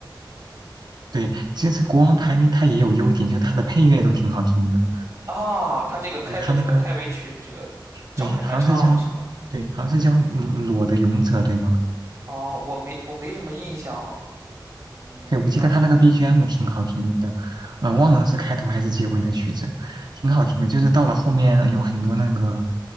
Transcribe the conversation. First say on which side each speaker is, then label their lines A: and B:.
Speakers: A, on the right (about 60°); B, on the right (about 40°).
A: 对，其实国王排名它也有优点，就它的配乐都挺好听的。
B: 啊。他这个开头曲和开尾曲这个找人来唱了是吗？
A: 对，它那个对，好像是叫对，好像是叫嗯裸的勇者，对吗？
B: 哦，我没我没什么印象了，嗯，
A: 对，我记得他那个
B: 有段时间了。
A: BGM 挺好听的，呃，忘了是开头还是结尾的曲子，挺好听的。就是到了后面，呃有很多那个，